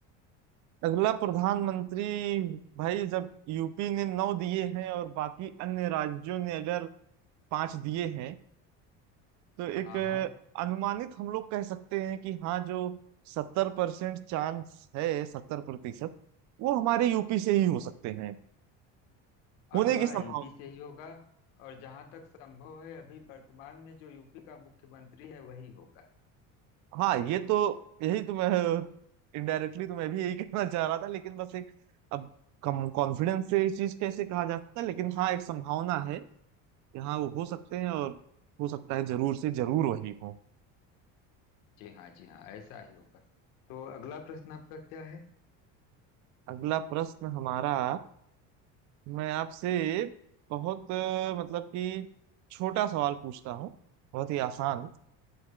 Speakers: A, on the right; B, on the left.
A: अगला प्रधानमंत्री भाई जब यूपी ने नौ दिए हैं और बाकी अन्य राज्यों ने अगर पांच दिए हैं तो एक
B: हाँ
A: अ,
B: हाँ
A: अनुमानित हम लोग कह सकते हैं कि हाँ जो सत्तर परसेंट चांस है सत्तर प्रतिशत वो हमारे यूपी से ही हो सकते हैं
B: अगला
A: होने की संभावना
B: यूपी से ही होगा और जहां तक संभव है अभी वर्तमान में जो यूपी का मुख्यमंत्री है वही होगा
A: हाँ ये तो यही तो मैं इनडायरेक्टली तो मैं भी यही <laughs> कहना चाह रहा था लेकिन बस एक अब कम कॉन्फिडेंस से इस चीज कैसे कहा जा सकता है लेकिन हाँ एक संभावना है कि हाँ वो हो सकते हैं और हो सकता है जरूर से जरूर वही हो
B: जी हाँ जी हाँ ऐसा ही होगा तो अगला प्रश्न आपका क्या है
A: अगला प्रश्न हमारा मैं आपसे बहुत अ, मतलब कि छोटा सवाल पूछता हूँ बहुत ही आसान